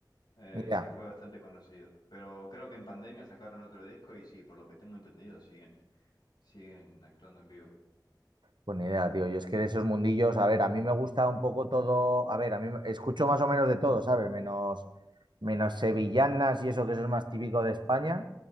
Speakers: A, on the left (about 70°); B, on the right (about 75°).
A: eh,
B: Ni idea.
A: sí fue bastante conocido. Pero creo que en pandemia sacaron otro disco y sí, por lo que tengo entendido, siguen, siguen actuando en vivo.
B: Pues ni idea, tío. Yo es que de esos mundillos, a ver, a mí me gusta un poco todo... A ver, a mí me- escucho más o menos de todo, ¿sabes? Menos, menos sevillanas y eso que eso es más típico de España.